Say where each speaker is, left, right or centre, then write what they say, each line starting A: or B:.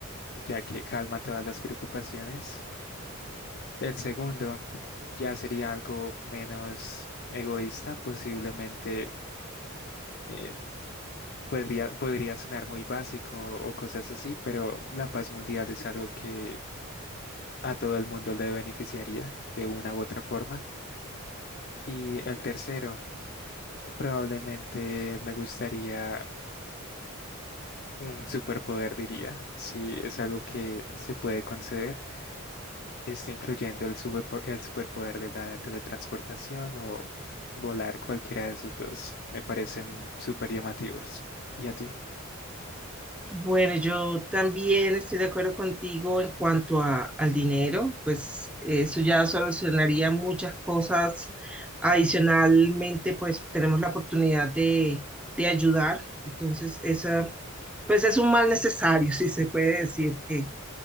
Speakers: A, on the left; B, in the centre.
A: ya que calma todas las preocupaciones. El segundo ya sería algo menos egoísta, posiblemente. eh, Podría, podría sonar muy básico o cosas así, pero la paz mundial es algo que a todo el mundo le beneficiaría de una u otra forma. Y el tercero, probablemente me gustaría un superpoder, diría, si es algo que se puede conceder, esto incluyendo el, superpo- el superpoder de la teletransportación o volar cualquiera de esos dos. Me parecen súper llamativos. ¿Y a ti?
B: Bueno, yo también estoy de acuerdo contigo en cuanto a, al dinero, pues eso ya solucionaría muchas cosas. Adicionalmente, pues tenemos la oportunidad de, de ayudar. Entonces, esa, pues es un mal necesario, <laughs> si se puede decir, que,